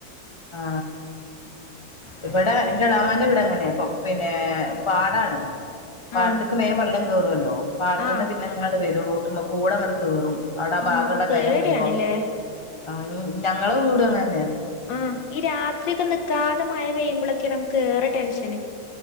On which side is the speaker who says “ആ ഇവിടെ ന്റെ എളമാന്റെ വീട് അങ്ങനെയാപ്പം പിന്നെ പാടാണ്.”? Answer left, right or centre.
Left